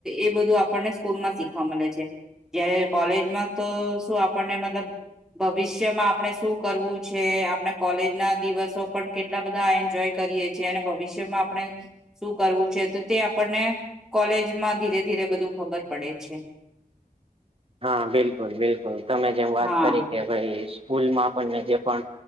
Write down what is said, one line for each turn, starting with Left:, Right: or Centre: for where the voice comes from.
Centre: એ બધું આપણને સ્કૂલ માં શીખવા મળે છે જયારે કોલેજમાં તો શું આપણને મતલબ ભવિષ્યમાં આપણે શું કરવું છે આપણે કોલેજ ના દિવસો પણ કેટલા બધા એન્જોય કરીએ છીએ અને ભવિષ્યમાં આપણે શું કરવું છે તો તે આપણને કોલેજમાં ધીરે ધીરે બધું ખબર પડે છે.
Right: હા બિલકુલ બિલકુલ તમે જેમ વાત
Centre: હા
Right: કરી કે ભાઈ સ્કૂલમાં પણને જે પણ